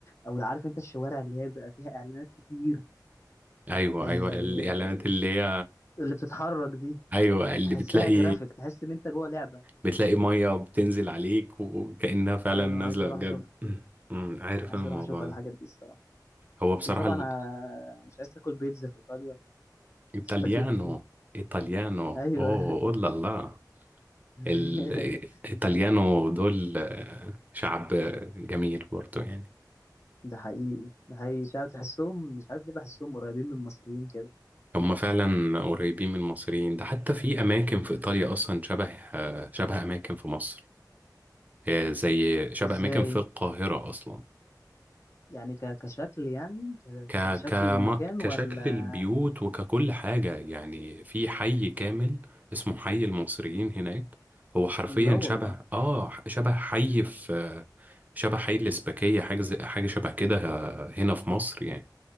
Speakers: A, on the left (about 40°); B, on the right (about 20°).
A: او عارف انت الشوارع اللي هي بيبقى فيها اعلانات كتير
B: ايوه
A: آه،
B: ايوه الاعلانات اللي هي
A: اللي بتتحرك دي
B: ايوه اللي
A: تحسها
B: بتلاقي
A: جرافيك تحس ان انت جوه لعبه
B: بتلاقي ميه بتنزل عليك وكأنها فعلا
A: ايوه
B: نازله
A: عايز اروح
B: بجد
A: اشوفها
B: أمم، عارف
A: عايز
B: انا الموضوع
A: اروح اشوفها
B: ده
A: الحاجات دي الصراحه
B: هو بصراحه
A: وطبعا
B: ال-
A: آه، مش عايز تاكل بيتزا في ايطاليا
B: ايطاليانو
A: سباكيتي
B: ايطاليانو
A: ايوه
B: اوه اولا لا لا،
A: <laughs>
B: الايطاليانو دول آه، شعب جميل برضه يعني
A: ده حقيقي ده حقيقي شعب تحسهم مش عارف ليه بحسهم قريبين من المصريين كده
B: هما فعلا قريبين من المصريين ده حتى في أماكن في إيطاليا أصلا شبه آه، شبه أماكن في مصر آه، زي شبه
A: ازاي
B: أماكن في القاهرة أصلا
A: يعني ك- كشكل يعني ك-
B: ك
A: كشكل
B: كم-
A: المكان
B: كشكل
A: ولا
B: البيوت وككل حاجة يعني في حي كامل اسمه حي المصريين هناك هو حرفيا
A: لا والله
B: شبه آه شبه حي في شبه حي الإسباكية حاجة زي- حاجة شبه كده آه، هنا في مصر يعني